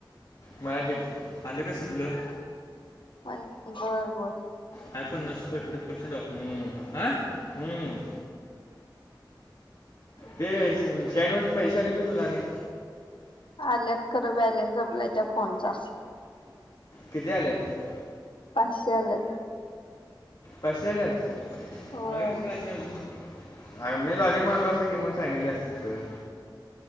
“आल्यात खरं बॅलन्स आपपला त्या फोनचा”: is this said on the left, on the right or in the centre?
Left